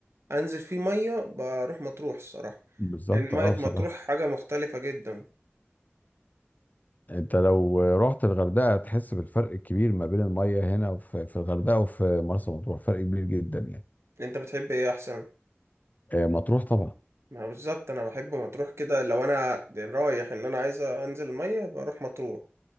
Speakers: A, on the right; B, on the left.
A: انزل فيه مية بروح مطروح الصراحة
B: بالظبط
A: لان مية
B: اه بصراحة
A: مطروح حاجة مختلفة جدا
B: انت لو رحت الغردقة هتحس بالفرق الكبير ما بين المية هنا في في الغردقة وفي مرسى مطروح فرق كبير جدا يعني
A: انت بتحب ايه احسن
B: آه، مطروح طبعا
A: ما بالظبط انا بحب مطروح كده لو انا يعني رايح ان انا عايز انزل المية بروح مطروح